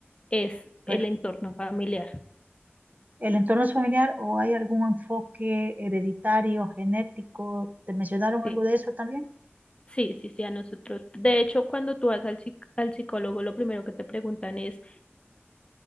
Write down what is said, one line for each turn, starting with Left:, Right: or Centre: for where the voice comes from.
Left: es
Right: Pero,
Left: el entorno familiar.
Right: ¿el entorno es familiar o hay algún enfoque hereditario, genético? ¿Te mencionaron
Left: Sí,
Right: algo de eso también?
Left: sí, sí, sí, a nosotros. De hecho, cuando tú vas al, psic- al psicólogo, lo primero que te preguntan es,